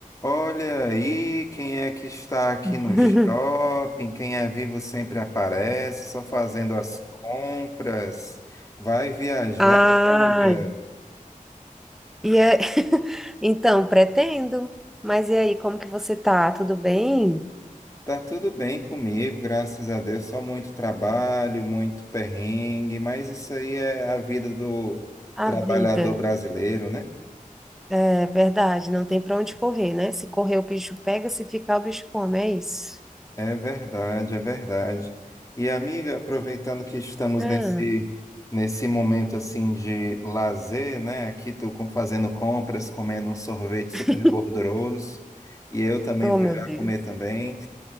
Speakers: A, on the left; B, in the centre.
A: Olha aí quem é que está aqui
B: <laughs>
A: no shopping, quem é vivo sempre aparece, só fazendo as compras. Vai viajar,
B: Ah,
A: amiga.
B: e é... <laughs> então, pretendo. Mas e aí, como que você tá? Tudo bem?
A: Tá tudo bem comigo, graças a Deus. Só muito trabalho, muito perrengue, mas isso aí é a vida do trabalhador
B: A vida,
A: brasileiro, né?
B: é verdade, não tem pra onde correr, né? Se correr, o bicho pega, se ficar, o bicho come, é isso.
A: É verdade, é verdade. E amiga, aproveitando que estamos
B: Ah,
A: nesse nesse momento assim de lazer, né? Aqui tô com- fazendo compras, comendo um sorvete super
B: <laughs>
A: gorduroso, e eu também
B: oh,
A: vou
B: meu
A: já
B: Deus.
A: comer também.